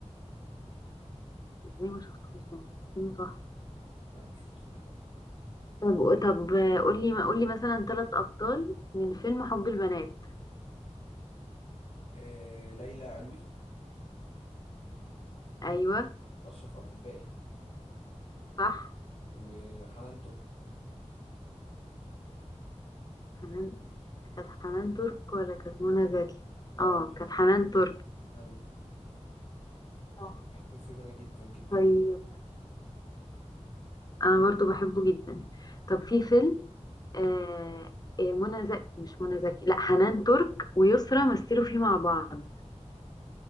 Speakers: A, on the left; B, on the left.
A: ازاي ما شفتوش ده فيلم تحفة
B: لا ما شفتوش ده
A: طب طب قولي ما قولي مثلا ثلاث ابطال من فيلم حب البنات
B: آه، ليلى علوي
A: ايوه
B: أشرف عبد الباقي
A: صح
B: وحنان ترك
A: حنان كانت حنان ترك ولا كانت منى زكي
B: لا
A: اه
B: لا حنان
A: كانت حنان
B: ترك
A: ترك
B: أيوه
A: صح
B: بحب الفيلم ده جدا جدا
A: طيب
B: جدا
A: انا برضو بحبه جدا طب في فيلم آه آه، منى زكي مش منى زكي لا حنان ترك ويسرا مثلوا فيه مع بعض